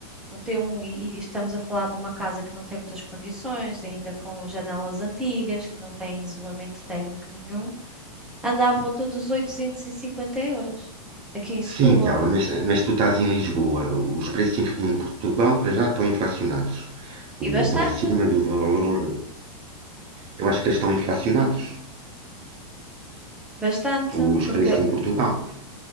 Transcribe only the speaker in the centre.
um T1, e, e estamos a falar de uma casa que não tem muitas condições, ainda com janelas antigas, que não tem isolamento térmico nenhum, anda à volta dos 850 euros, aqui em Setúbal.
E bastante,
bastante,
porque,